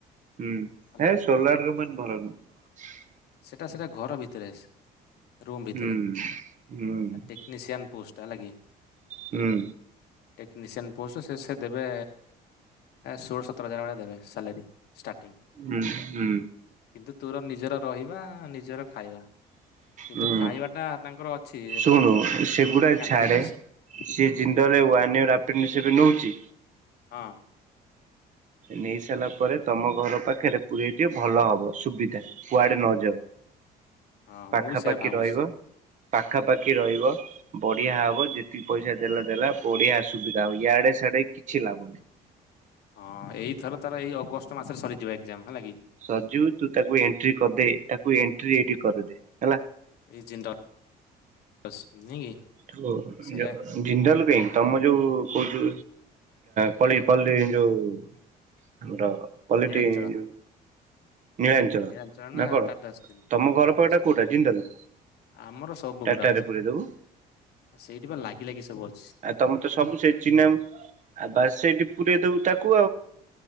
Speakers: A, on the right (about 45°); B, on the left (about 75°).
A: ହୁଁ
B: ହେଲା।
A: ହେ ସୋଲାର <unintelligible>
B: ସେଇଟା ସେଇଟା ଘର ଭିତରେ ରୁମ୍ ଭିତରେ
A: ହୁଁ ହୁଁ
B: ଟେକ୍ନିସିଆନ୍ ପୋଷ୍ଟ୍ ହେଲା କି?
A: ହୁଁ।
B: ଟେକ୍ନିସିଆନ୍ ପୋଷ୍ଟ ସେ ସେ ଦେବେ ଷୋଳଶତ ସତର ହଜାର ଭଳିଆ ଦେବେ ସାଲେରୀ ଷ୍ଟାଟିଂ
A: ହୁଁ ହୁଁ
B: କିନ୍ତୁ ତୋର ନିଜର ରହିବା ନିଜର ଖାଇବା କିନ୍ତୁ
A: ହୁଁ
B: ଖାଇବା ଟା ତାଙ୍କର ଅଛି,
A: ଶୁଣୁ ସେଗୁଡା
B: କ୍ୟାଣ୍ଟିନ
A: ଛାଡେ
B: ଅଛି।
A: ସିଏ ଜିନ୍ଦଲରେ
B: ହୁଁ
A: ୱାନ ୟିଅର ଅପ୍ରେଣ୍ଟିକସ୍ ରେ ନଉଚି।
B: ହଁ।
A: ନେଇ ସାରିଲା ପରେ ତମ ଘର ପାଖରେ ପୂରେଇ ଦିଅ। ଭଲ ହବ ସୁବିଧା କୁଆଡ଼େ ନ ଯାଉ।
B: ହଁ
A: ପାଖାପାଖି
B: ମୁଁ ବି ସେଇଆ ଭାବୁଛି
A: ରହିବ, ପାଖାପାଖି
B: ହଁ।
A: ରହିବ। ବଢ଼ିଆ ହବ ଯେତିକି ପଇସା ଦେଲା ଦେଲା ବଢ଼ିଆ ସୁବିଧା ହବ, ଇଆଡ଼େ ସିଆଡ଼େ ହେଇ କିଛି ଲାଭ ନାହିଁ।
B: ହଁ ଏଇଥର ତାର ଏଇ ଅଗଷ୍ଟ ମାସରେ ସରିଯିବ ଏକ୍ଜାମ ହେଲାକି?
A: ସର୍ଜୁ ତୁ ତାକୁ ଏଣ୍ଟ୍ରି କରିଦେ। ତାକୁ ଏଣ୍ଟ୍ରି ଏଇଠି କରିଦେ ହେଲା।
B: ଏଇ <unintelligible>
A: ତ
B: ସେଇଆ
A: ଜିନ୍ଦଲ ପାଇଁ ତମେ ଯୋଉ କହୁଛୁ ପଳୀ ପଲ୍ଲି ଯୋଉ ଡ ପଲିଟି
B: ନିଳାଞ୍ଚଳ
A: ଯୋଉ ନୀଳାଞ୍ଚଳ
B: ନିଳାଞ୍ଚଳ
A: ନା କଣ
B: ଟାଟା ଷ୍ଟିଲ୍
A: ତମ ଘର
B: ଟାଟା
A: ପରଟା
B: ଷ୍ଟିଲ୍
A: କୋଉଟା ଜିନ୍ଦଲ?
B: ଆମର ସବୁ
A: ଟାଟାରେ
B: ଗୁଡ଼ା ଅଛିପା।
A: ପୁରେଇ ଦବୁ
B: ସେଇଠି ପା ଲାଗି ଲାଗି ସବୁ ଅ
A: ଆଉ ତମେ ତ ସବୁ ସେ ଚିହ୍ନାଉ ଆଉ ବାସ୍ ସେଇଠି ପୁରେଇଦବୁ ତାକୁ।